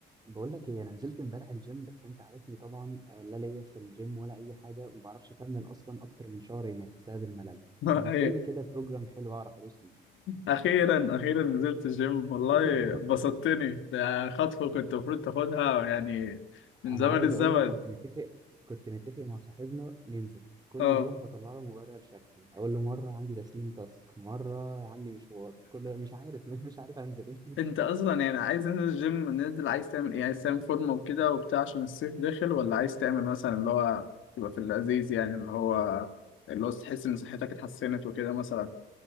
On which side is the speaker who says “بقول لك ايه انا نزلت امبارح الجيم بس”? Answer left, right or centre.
Right